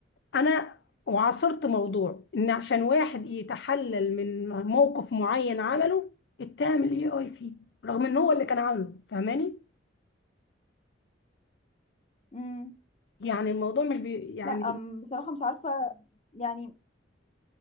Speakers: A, on the left; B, on the left.
A: انا وعاصرت موضوع ان عشان واحد يتحلل من موقف معين عمله اتهم الاي اي فيه رغم ان هو اللي كان عامله فاهماني
B: امم
A: يعني الموضوع مش بي يعني
B: لا أم، بصراحه مش عارفه يعني